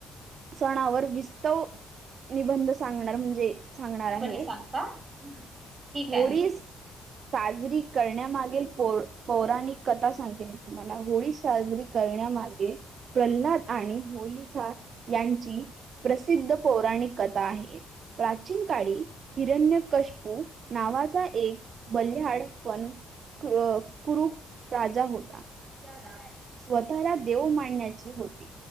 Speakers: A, on the right (about 55°); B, on the right (about 30°).
A: सणावर विस्तव निबंध सांगणार म्हणजे सांगणार आहे
B: सांगता ठीक
A: होळीस साजरी करण्यामागेल पो पौराणिक कथा सांगते मी तुम्हाला होळी साजरी करण्यामागे प्रल्हाद आणि होली यांची प्रसिद्ध पौराणिक कथा आहे प्राचीन का कडे हिरण्य कशपू नावाचा एक बल्ल्याहाड पण क्र कुरुप राजा होता.
B: ज्याला
A: स्वतःरा देव मांडण्याची होती